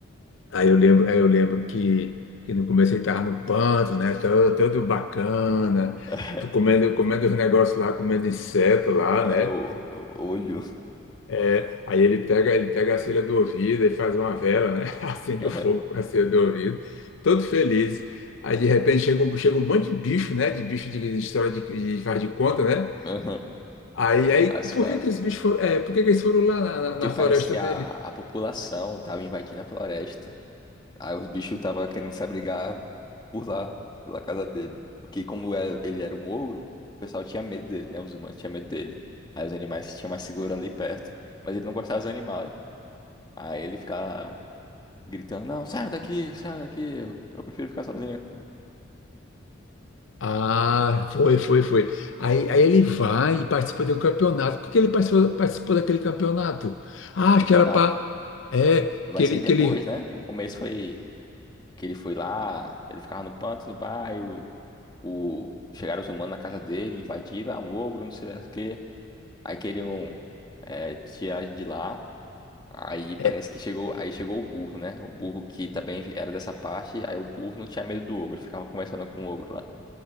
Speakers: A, on the left; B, on the left.
A: Aí eu lembro, aí eu lembro que,
B: Hum.
A: que no começo ele tava no panto, né? Todo, todo bacana,
B: <laughs>
A: comendo, comendo os negócios lá, comendo inseto lá,
B: É,
A: né?
B: o, o olho.
A: É, aí ele pega, ele pega a cera do ouvido e faz uma vela, né? <laughs> Acende
B: <laughs>
A: o fogo com a cera do ouvido, todo feliz. Aí de repente chega um, chega um monte de bicho, né? De bicho de, de história de, de faz de conta, né?
B: Aham,
A: Aí, aí
B: As
A: por
B: fadas.
A: que que os bichos foram, é, por que que eles foram lá na, na
B: Porque
A: na
B: parece
A: floresta
B: que
A: dele?
B: a, a população tava invadindo a floresta. Aí os bichos tava querendo se abrigar por lá, pela casa dele. Porque como era- ele era um ogro, o pessoal tinha medo dele, né? Os humanos tinham medo dele. Aí os animais se tinham mais seguro ali perto. Mas ele não gostava dos animais. Aí ele ficava gritando, não, sai daqui, sai daqui, eu, eu prefiro ficar sozinho.
A: Ah, foi, foi, foi. Aí, aí ele vai e participa de um campeonato. Por que que ele participou, participou daquele campeonato? Ah, acho
B: Campeonato.
A: que era para. É,
B: Mas
A: que ele,
B: isso aí depois,
A: que ele.
B: né? O começo foi que ele foi lá, ele ficava no pântano, no bairro, o... chegaram os humanos na casa dele, invadiram, ah, um ogro, não sei lá o quê. Aí queriam eh, tirar ele de lá. Aí parece
A: é,
B: que chegou, aí chegou o burro, né? O burro que também era dessa parte, aí o burro não tinha medo do ogro, ficava conversando com o ogro lá.